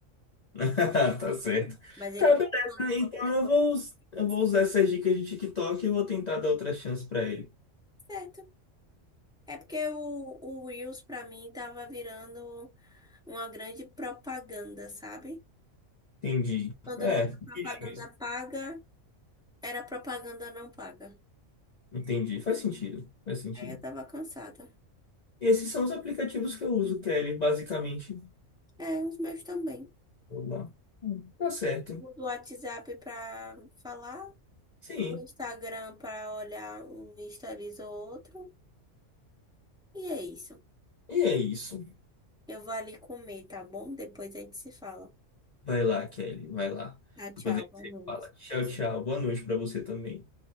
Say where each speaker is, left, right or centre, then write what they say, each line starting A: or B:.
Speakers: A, on the left; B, in the centre.
A: <laughs> Tá certo.
B: Mas ele
A: Tá, beleza.
B: pode fazer qualquer
A: Então eu
B: coisa
A: vou, us-
B: assim.
A: eu vou usar essas dicas de TikTok e vou tentar dar outra chance pra ele.
B: Certo. É porque o, o Reels, pra mim, tava virando uma grande propaganda, sabe?
A: Entendi.
B: Quando
A: É,
B: não era propaganda
A: diria mesmo.
B: paga, era propaganda não paga.
A: Entendi. Faz sentido. Faz sentido.
B: Aí eu tava cansada.
A: Esses são os aplicativos que eu uso, Kelly, basicamente.
B: É, os meus também.
A: Vou lá. Hum, Tá certo.
B: Uso o WhatsApp pra falar,
A: Sim.
B: o Instagram pra olhar um stories ou outro. E é isso.
A: E é isso.
B: Eu vou ali comer, tá bom? Depois a gente se fala.
A: Vai lá, Kelly. Vai lá.
B: Tchau, tchau,
A: Depois a gente
B: boa
A: se
B: noite.
A: fala. Tchau, tchau. Boa noite pra você também.